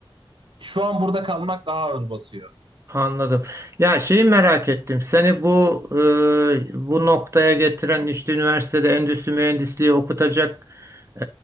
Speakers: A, on the right; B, on the right.
A: şu an burada kalmak daha ağır basıyor.
B: Anladım. Ya şeyi merak ettim. Seni bu e, bu noktaya getiren işte üniversitede endüstri mühendisliği okutacak e,